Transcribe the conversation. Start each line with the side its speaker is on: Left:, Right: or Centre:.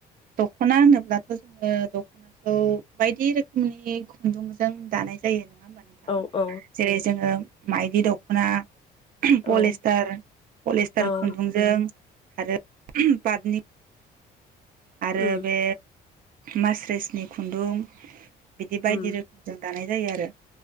Right: दख'ना होनोब्लाथ' जोङो दख'नाखौ बायदि रोखोमनि खुन्दुंजों दानाय जायो नङा होमबा नोंथां
Left: औ औ
Right: जेरै जोङो माइदि दख'ना
Left: औ
Right: पलेस्टार पलिस्टार
Left: औ
Right: खुन ओं आरो पादनि आरो
Left: उम
Right: बे मासरेसनि खुन्दुं बिदि बायदि
Left: उम
Right: रोखोम जों दानाय जायो आरो